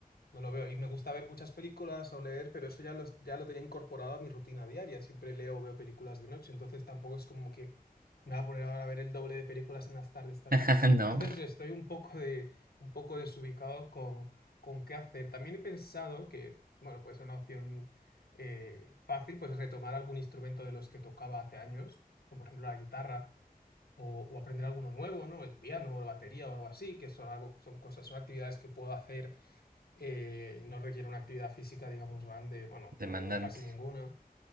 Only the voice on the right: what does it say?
<laughs> No,
demandante.